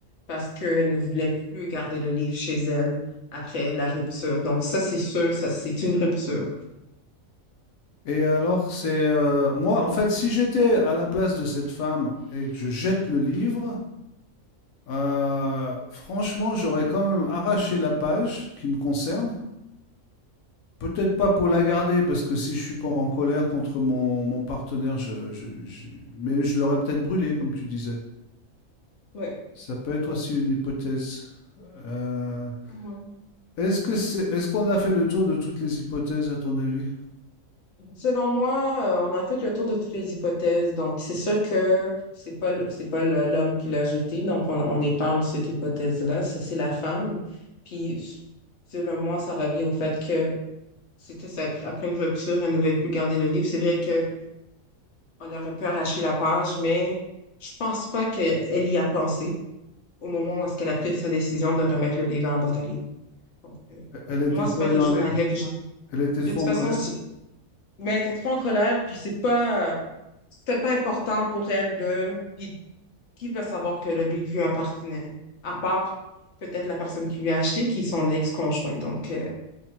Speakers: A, on the left (about 55°); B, on the left (about 80°).
A: parce qu'elle ne voulait plus garder le livre chez elle après la rupture. Donc ça, c'est sûr, ça c'est une rupture.
B: Et alors, c'est euh, moi, en fait, si j'étais à la place de cette femme et que je jette le livre, euh, franchement, j'aurais quand même arraché la page qui me concerne. Peut-être pas pour la
A: Mm.
B: garder, parce que si je suis co- en colère contre mon, mon partenaire, je, je- je- mais je l'aurais peut-être brûlé,
A: Bon.
B: comme tu disais.
A: Oui,
B: Ça peut être
A: oui.
B: aussi une hypothèse. Euh,
A: Ouais.
B: est-ce que c'est, est-ce qu'on a fait le tour de toutes les hypothèses, à ton avis?
A: Selon moi, euh, on a fait le tour de toutes les hypothèses. Donc, c'est sûr que c'est pas le- c'est pas le- l'homme qui l'a jeté. Donc, on, on épargne cette hypothèse-là. Ça, c'est la femme. Puis, selon moi, ça revient au fait que C'était ça. Après une rupture, elle ne voulait plus garder le livre. C'est vrai qu'on aurait pu arracher la page, mais je pense pas qu'elle y a pensé au moment où est-ce qu'elle a pris sa décision de remettre le livre dans la boîte à livres. Donc, euh,
B: E- Elle était
A: moi,
B: trop
A: c'est pas
B: énervée?
A: quelque chose dans laquelle que je...
B: Elle était
A: De
B: trop
A: toute façon,
B: en colère?
A: je- mais elle était trop en colère, puis c'est pas... euh, C'était pas important pour elle de... Puis qui va savoir que le livre lui appartenait, à part peut-être la personne qui lui a acheté, qui est son ex-conjoint. Donc, euh,